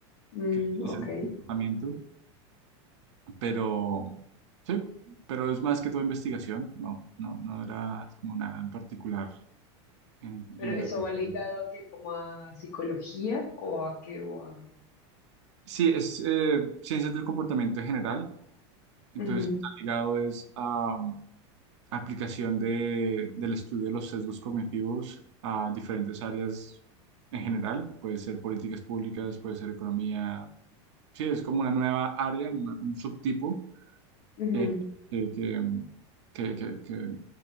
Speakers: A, on the left; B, on the right.
A: Mm,
B: que
A: ok.
B: es tratamiento, pero sí, pero es más que todo investigación, no, no, no era como nada en particular en,
A: ¿Pero
B: en
A: eso
B: relación.
A: va ligado a qué? ¿Como a psicología o a qué? O a...
B: Sí, es eh, ciencias del comportamiento en general. Entonces,
A: Ujú,
B: está ligado es a aplicación de, del estudio de los sesgos cognitivos a diferentes áreas en general. Puede ser políticas públicas, puede ser economía. Sí, es como una nueva área, una- un subtipo
A: ujú,
B: eh, que, que, que- que- que